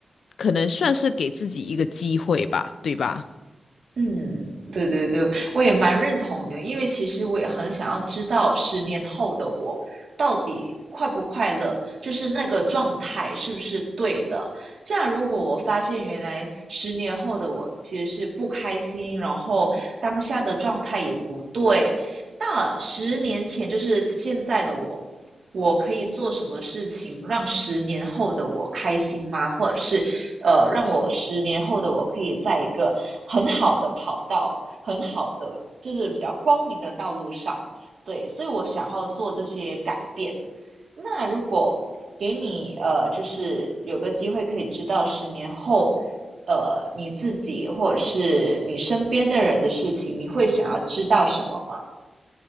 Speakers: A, on the left; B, on the right.
A: 可能算是给自己一个机会吧，对吧？
B: 嗯，对对对，我也蛮认同的，因为其实我也很想要知道十年后的我到底快不快乐，就是那个状态是不是对的。这样，如果我发现原来十年后的我其实是不开心，然后当下的状态也不对，那十年前就是现在的我，我可以做什么事情让十年后的我开心吗？或者是呃，让我十年后的我可以在一个很好的跑道、很好的就是比较光明的道路上。对，所以我想要做这些改变。那如果给你呃，就是有个机会可以知道十年后，呃，你自己或者是你身边的人的事情，你会想要知道什么吗？